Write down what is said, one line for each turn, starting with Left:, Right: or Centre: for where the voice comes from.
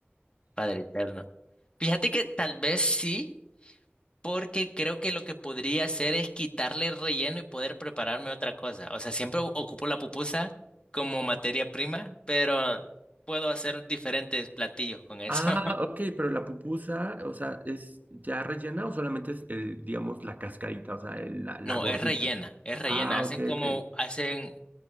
Left: Padre eterno. Fíjate que tal vez sí. porque creo que lo que podría hacer es quitarle el relleno y poder prepararme otra cosa. O sea, siempre o- ocupo la pupusa como materia prima, pero puedo hacer diferentes platillos con eso.
Right: Ah,
Left: <laughs>
Right: ok, pero la pupusa, o sea, ¿es ya rellena o solamente es, el, digamos, la cascarita, o sea, el- la, la
Left: No,
Right: gordita?
Left: es rellena, es rellena.
Right: Ah,
Left: Hacen
Right: ok,
Left: como,
Right: ok.
Left: hacen,